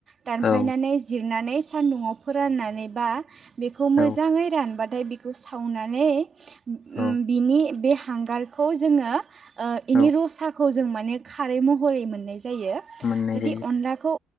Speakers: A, on the right; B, on the left.
A: दानफायनानै
B: औ
A: जिरनानै सान्दुंआव फोराननानै बा बेखौ मोजाङै
B: औ
A: रानबा थाय बिखौ सावनानै उम
B: औ
A: बिनि बे हांगारखौ जोङो ओ इनि
B: औ
A: र' साख खौ जों माने खारै महरै मोननाय जायो
B: मोननाय
A: जुदि
B: जायो
A: अनलाखौ